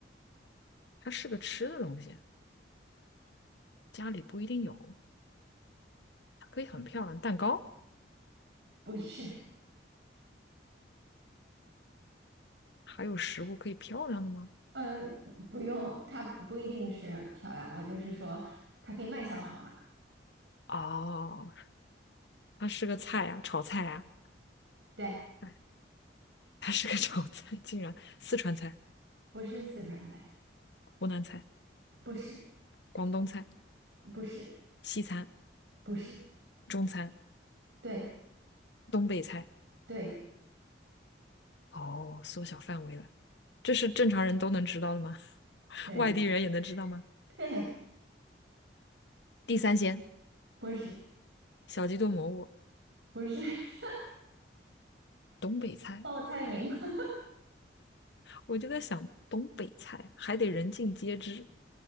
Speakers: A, on the left; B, on the right.
A: 它是个吃的东西，家里不一定有，它可以很漂亮。蛋糕
B: 不是。
A: 还有食物可以漂亮的吗？
B: 嗯，不用，它不一定是漂亮，我就是说它可以卖相好嘛。
A: 哦，它是个菜啊，炒菜啊，
B: 对，
A: 哎，它是个 <laughs> 炒菜，竟然四川菜、
B: 不是四川菜，
A: 湖南菜、
B: 不是，
A: 广东菜、
B: 不是，
A: 西餐、
B: 不是，
A: 中餐、
B: 对，
A: 东北菜，
B: 对，
A: 哦，缩小范围了，这是正常人都能知道的吗？<laughs>
B: 对，
A: 外地人也能知道吗？
B: 对，
A: 地三鲜、
B: 不是，
A: 小鸡炖蘑菇、
B: 不是，<laughs>
A: 东北菜。
B: 报菜名吗？<laughs>
A: 我就在想，东北菜还得人尽皆知，